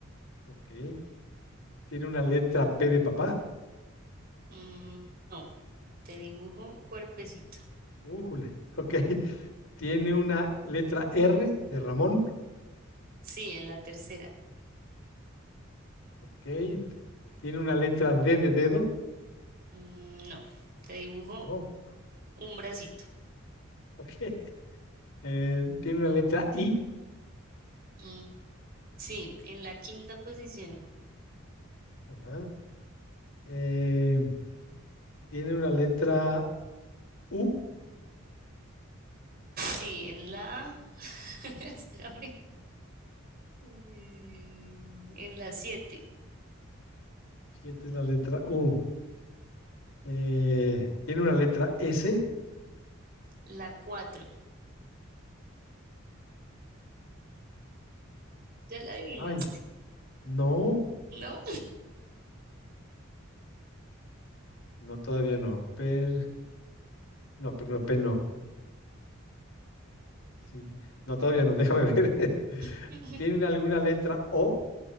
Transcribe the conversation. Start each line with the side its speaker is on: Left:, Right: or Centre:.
Left: Ok. ¿Tiene una letra P de papá?
Right: Mm, no, te dibujo cuerpecito.
Left: Újule. Ok. Tiene una letra R de Ramón,
Right: Sí, en la tercera.
Left: ok. Tiene una letra D de dedo,
Right: Mm, no, te dibujo
Left: no,
Right: Un bracito.
Left: ok. <laughs> Eh, tiene una letra I,
Right: Mm, sí, en la quinta posición.
Left: ajá. Eh, tiene una letra U,
Right: Sí, en la... <laughs> Espérame. Eh, en la siete,
Left: siete es la letra U. Eh, tiene una letra S,
Right: la cuatro. Ya la adivinaste,
Left: ay, no,
Right: ¿no?
Left: no, todavía no. Per, no, pero no, per no. Sí, no, todavía no, déjame ver. <laughs>
Right: <laughs>
Left: ¿Tienen alguna letra O?